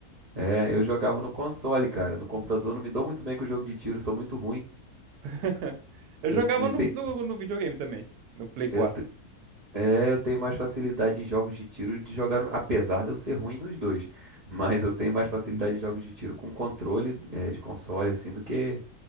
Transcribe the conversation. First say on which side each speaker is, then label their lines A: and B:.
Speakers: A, on the right; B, on the right.
A: É, eu jogava no console, cara. No computador não me dou muito bem com o jogo de tiro, sou muito ruim.
B: <laughs> Eu
A: Eu,
B: jogava
A: te-
B: no,
A: te-
B: no, no videogame também, no Play 4.
A: eu, te- é, eu tenho mais facilidade em jogos de tiro de jogar, no- apesar de eu ser ruim nos dois. Mas eu tenho mais facilidade em jogos de tiro com controle, é, de console, assim, do que,